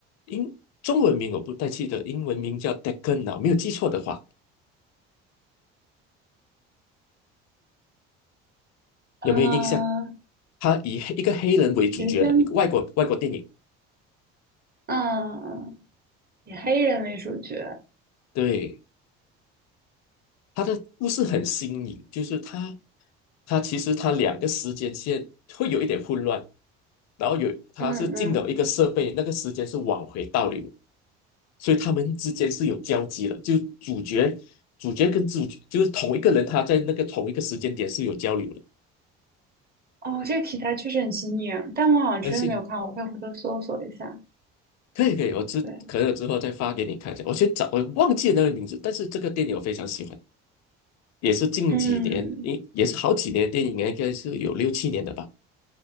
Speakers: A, on the left; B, on the right.
A: 英中文名我不太记得，英文名叫 Deccan 啊，没有记错的话，
B: 呃，
A: 有没有印象？他以黑一个黑人为主角的一个外国外国电影，
B: 谁先？嗯，以黑人为主角。
A: 对，他的故事很新颖，就是他他其实他两个时间线会有一点混乱，然后有他是进了一个设备，
B: 嗯嗯。
A: 那个时间是往回倒流。所以他们之间是有交集的，就主角主角跟主角就是同一个人，他在那个同一个时间点是有交流的。
B: 哦，这个题材确实很新颖，但我好像真的没有看，
A: 但是
B: 我以回头搜索一下。
A: 可以可以，我之可能我之后再发给你看一下。
B: 对，
A: 我去找，我忘记了那个名字，但是这个电影我非常喜欢，也是近几年，
B: 嗯
A: 应也是好几年的电影，应该是有六七年的吧。